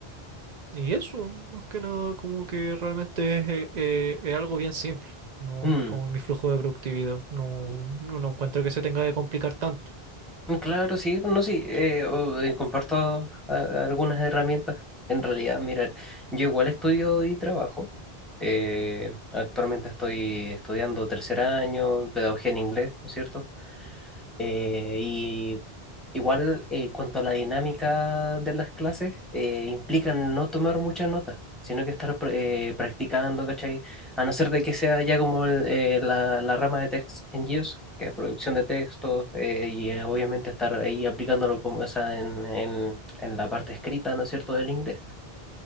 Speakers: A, on the right (about 45°); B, in the centre.
A: y eso, más que nada, como que realmente es, eh, eh, es algo bien simple, ¿no?
B: Mm,
A: Como mi flujo de productividad. No,
B: mm,
A: no, no encuentro que se tenga que complicar tanto.
B: Claro, sí, bueno, no, sí, eh, o- eh, comparto a- algunas herramientas. En realidad, mira, yo igual estudio y trabajo. Eh, actualmente estoy estudiando tercer año, pedagogía en inglés, ¿no es cierto? Eh, y igual, en cuanto a la dinámica de las clases, eh, implican no tomar muchas notas, sino que estar pr- eh, practicando, ¿cachai? A no ser de que sea ya como el- eh, la, la rama de text en GIS, que es producción de textos, eh, y eh, obviamente estar ahí aplicándolo como, o sea, en, en en la parte escrita, ¿no es cierto?, del inglés.